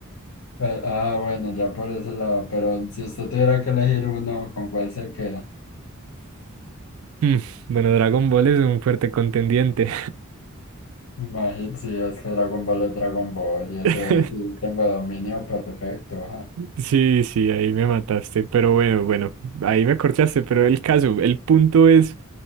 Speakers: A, on the left (about 75°); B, on the right (about 75°).
A: Pe- ah, bueno, ya por ese lado, pero si usted tuviera que elegir uno, ¿con cuál se queda?
B: Mm, Bueno, Dragon Ball es un fuerte contendiente.
A: Imagínate, si es que Dragon Ball es Dragon Ball y ese
B: <laughs>
A: sí tengo dominio perfecto. ajá.
B: Sí, sí, ahí me mataste, pero bueno, bueno, ahí me corchaste, pero el caso, el punto es